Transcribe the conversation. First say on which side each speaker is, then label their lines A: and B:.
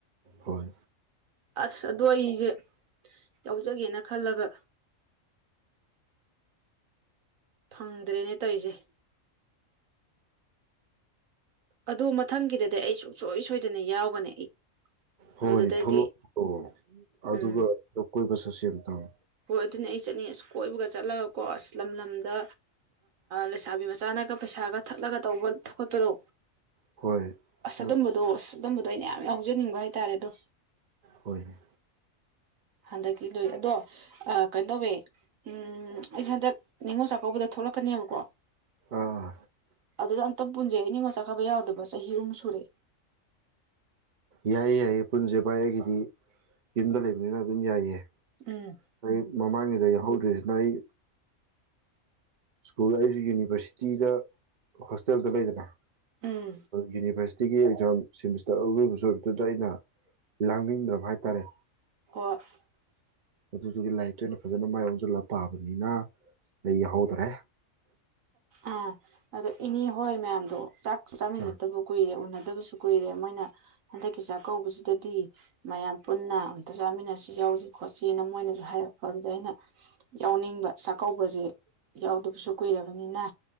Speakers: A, on the right; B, on the right.
A: ꯍꯣꯏ
B: ꯑꯁ ꯑꯗꯣ ꯑꯩꯁꯦ ꯌꯥꯎꯖꯒꯦꯅ ꯈꯜꯂꯒ ꯐꯪꯗ꯭ꯔꯦꯅꯦ ꯇꯧꯔꯤꯁꯦ ꯑꯗꯨ ꯃꯊꯪꯒꯤꯗꯗꯤ ꯑꯩ ꯁꯨꯡꯁꯣꯏ ꯁꯣꯏꯗꯅ ꯌꯥꯎꯒꯅꯤ ꯑꯩ
A: ꯍꯣꯏ
B: ꯑꯗꯨꯗꯗꯗꯤ
A: ꯊꯣꯛꯂꯛꯑꯣꯂꯛꯑꯣ ꯑꯗꯨꯒ
B: ꯎꯝ
A: ꯀꯣꯏꯕꯁ ꯁꯁꯦꯜ ꯇꯥꯡ
B: ꯍꯣꯏ ꯑꯗꯨꯅꯦ ꯑꯩ ꯆꯠꯅꯤꯡ ꯑꯁ ꯀꯣꯏꯕꯒ ꯆꯠꯂꯒꯀꯣ ꯑꯁ ꯂꯝ ꯂꯝꯗ ꯂꯩꯁꯥꯕꯤ ꯃꯆꯥꯅꯒ ꯄꯩꯁꯥꯒ ꯊꯠꯂꯒ ꯇꯧꯕ ꯊꯀꯠꯄꯗꯣ
A: ꯍꯣꯏ
B: ꯑꯁ
A: ꯅ
B: ꯇꯝꯕꯗꯨꯣ ꯇꯝꯕ ꯑꯗꯣ ꯑꯩꯅ ꯌꯥꯝ ꯌꯥꯎꯖꯅꯤꯡꯕ ꯍꯥꯏꯇꯥꯔꯦ ꯑꯗꯣ
A: ꯍꯣꯏꯅꯦ
B: ꯍꯟꯗꯛꯇꯤ ꯂꯣꯏ ꯑꯗꯣ ꯀꯩꯅꯣ ꯇꯧꯋꯦ ꯎ ꯑꯩꯁꯦ ꯍꯟꯗꯛ ꯅꯤꯉꯣꯜ ꯆꯥꯛꯀꯧꯕꯗ ꯊꯣꯛꯂꯛꯀꯅꯦꯕꯀꯣ
A: ꯑꯥ
B: ꯑꯗꯨꯗ ꯑꯝꯇ ꯄꯨꯟꯖꯩ ꯏ ꯅꯤꯡꯉꯣꯜ ꯆꯥꯛꯀꯥꯕ ꯌꯥꯎꯗꯕ ꯆꯍꯤ ꯑꯍꯨꯝ ꯁꯨꯔꯦ
A: ꯌꯥꯏꯌꯦ ꯌꯥꯏꯌꯦ ꯄꯨꯟꯁꯦ ꯚꯥꯏ ꯑꯩꯒꯤꯗꯤ ꯌꯨꯝꯗ ꯂꯩꯕꯅꯤꯅ ꯑꯗꯨꯝ ꯌꯥꯏꯌꯦ
B: ꯎꯝ
A: ꯑꯩ ꯃꯃꯥꯡꯉꯩꯗ ꯌꯥꯎꯍꯧꯗ꯭ꯔꯤꯁꯤꯅ ꯑꯩ ꯁ꯭ꯀꯨꯜ ꯑꯩꯁꯨ ꯌꯨꯅꯤꯚꯔꯁꯤꯇꯤꯗ ꯍꯣꯁꯇꯦꯜꯗ ꯂꯩꯗꯅ꯫
B: ꯎꯝ
A: ꯌꯨꯅꯤꯚꯔꯁ ꯁꯤꯒꯤ ꯑꯦꯛꯖꯥꯝ ꯁꯦꯃꯤꯁꯇꯔ ꯑꯔꯣꯏꯕꯁꯨ ꯑꯣꯏꯕꯗꯨꯗ ꯑꯩꯅ ꯂꯥꯡꯅꯤꯡꯗꯕ ꯍꯥꯏꯇꯥꯔꯦ꯫
B: <unintelligible>
A: ꯑꯗꯨꯗꯨꯒꯤ ꯂꯥꯏꯔꯤꯛꯇ ꯑꯣꯏꯅ ꯐꯖꯅ ꯃꯥꯏ ꯑꯣꯟꯁꯤꯜꯂꯒ ꯄꯥꯕꯅꯤꯅ ꯑꯩ ꯌꯥꯎꯍꯧꯗꯔꯦ꯫
B: ꯑꯥ ꯑꯗꯣ ꯏꯅꯦ ꯍꯣꯏ ꯃꯌꯥꯝꯗꯣ ꯆꯥꯛ꯫ ꯆꯥꯃꯤꯟꯅꯗꯕ
A: ꯑꯥ
B: ꯀꯨꯏꯔꯦ ꯎꯟꯅ ꯗꯕꯁꯨ ꯀꯨꯏꯔꯦ ꯃꯣꯏꯅ ꯍꯟꯗꯛꯀꯤ ꯆꯥꯛꯀꯧꯕꯁꯤꯗꯗꯤ ꯃꯌꯥꯝ ꯄꯨꯟꯅ ꯑꯝꯇ ꯆꯥꯃꯤꯟꯅꯁꯤ ꯌꯥꯎꯁꯤ ꯈꯣꯠꯁꯤꯅ ꯃꯣꯏꯅꯁꯨ ꯍꯥꯏꯔꯛꯄ ꯑꯗꯨꯗ ꯑꯩꯅ ꯌꯥꯎꯅꯤꯡꯕ ꯆꯥꯛꯀꯧꯕꯁꯦ ꯌꯥꯎꯗꯕꯁꯨ꯫ ꯀꯨꯏꯔꯕꯅꯤꯅ꯫